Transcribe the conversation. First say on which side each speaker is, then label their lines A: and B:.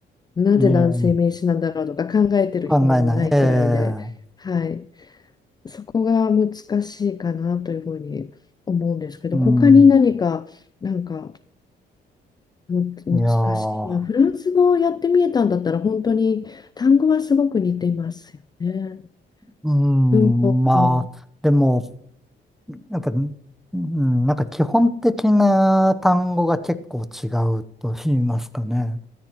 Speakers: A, on the left; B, in the centre.
A: なぜ男性名詞なんだろうとか考えてる暇もないくらいで、
B: ねえ、考えない。ええ、
A: はい、そこが難しいかなというふうに思うんですけど他に何かなんか
B: うん。
A: む、難しい。
B: いやー、
A: いや、フランス語をやってみえたんだったら、本当に単語はすごく似ていますよね。
B: うん、
A: 文法も。
B: まあ、でも、やっぱ、うん、なんか基本的な単語が結構違うと言いますかね。